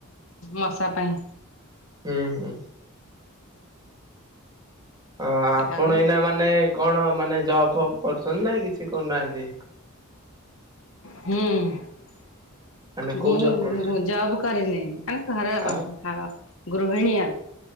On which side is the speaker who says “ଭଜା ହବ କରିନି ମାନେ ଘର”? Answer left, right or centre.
Left